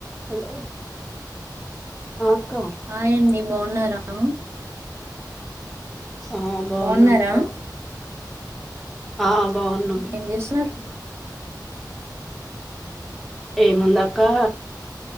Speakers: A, in the centre; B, on the right (about 35°).
A: హలో ఆ అక్క
B: హాయ్ అండి. బావున్నారా? అ
A: ఆ బావున్నాం
B: బాగున్నారా
A: అక్క. ఆ బావున్నాం.
B: ఏం చేస్తున్నారు
A: ఏముందక్కా.